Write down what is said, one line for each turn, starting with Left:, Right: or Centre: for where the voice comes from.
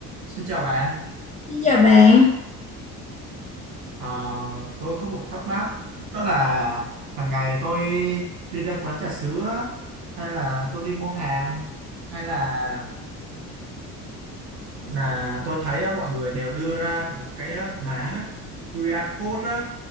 Right: Xin chào bạn,
Left: Xin chào bạn,
Right: Ờ, tôi có một thắc mắc đó là hàng ngày tôi đi ra quán trà sữa hay là tôi đi mua hàng hay là là tôi thấy á, mọi người đều đưa ra một cái á, mã QR code á